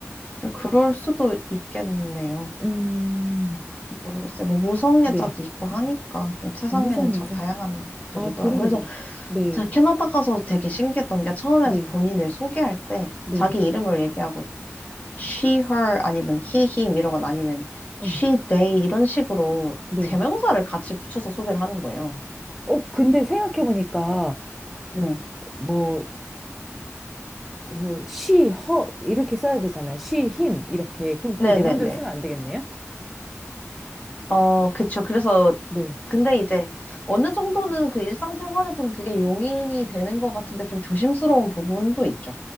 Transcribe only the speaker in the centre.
음,
네.
무성애자.
아,
그러네.
그, 네,
네,
네,
어,
네.
어, 근데 생각해보니까,
뭐, 그, she, her, 이렇게 써야 되잖아요. she, him, 이렇게. 그럼 그걸
내 맘대로 쓰면 안 되겠네요?
네.